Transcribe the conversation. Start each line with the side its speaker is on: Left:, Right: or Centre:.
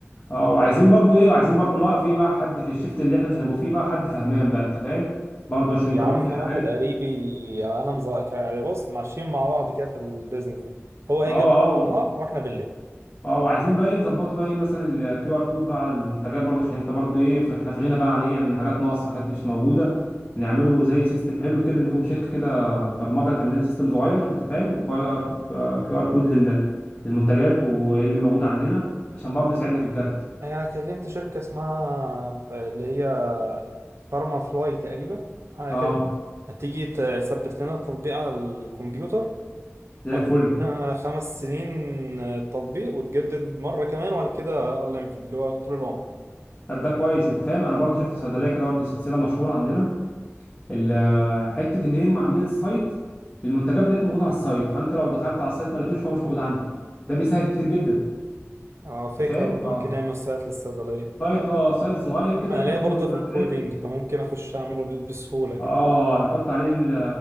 Left: اه وعايزين برضو ايه وعايزين برضو نوقف ايه بقى حد في الشفت اللي احنا مش هنبقوا فيه بقى حد فهمان بقى انت فاهم برضو عشان انت
Right: يا
Left: برضو
Right: عم
Left: في حالات
Right: واحد قريبي أنا مزا يعني بص ماشيين مع بعض كده في البيزنس ده هو هيجي
Left: اه اه
Right: النهار وإحنا بالليل
Left: اه وعايزين بقى ايه نظبطه بقى ايه مثلا الكيو ار كود بقى على المنتجات برضه عشان انت برضه ايه ف- احنا في غنى بقى عن ايه عن حاجات ناقصه حاجات مش موجوده نعمله زي سيستم حلو كده نجيبه شركه كده برمجه تعمل لنا سيستم صغير انت فاهم كيو ار كيو ار كود لل- للمنتجات وايه اللي موجود عندنا عشان برضه يساعدنا في الجرد
Right: انا كلمت شركة اسمها ف- اللي هي فارما فلاي تقريبا على
Left: اه
Right: كده هتيجي تثبت لنا التطبيق على الكمبيوتر
Left: زي
Right: وهتدينا
Left: الفل
Right: خمس سنين تطبيق وتجدد مرة كمان وبعد كده unlimited اللي هو طول العمر
Left: طب ده كويس انت فاهم انا برضه شفت صيدليه كده برضه سلسله مشهوره عندنا ال- حته ان هم عاملين السايت المنتجات بتاعتهم موجوده على السايت فانت لو دخلت على السايت ما لقيتوش فهو مش موجود عندي ده بيسهل كتير جدا
Right: آه، فكرة
Left: انت فاهم
Right: برضه
Left: اه
Right: ممكن نعمل سايت للصيدلية
Left: سايت اه سايت صغير كده
Right: انا
Left: نحط
Right: ليا برضه
Left: فيه منتجات
Right: في الكودينج
Left: بتاعتنا
Right: فممكن اخش اعمله ب- بسهولة كمان
Left: اه نحط عليه ال-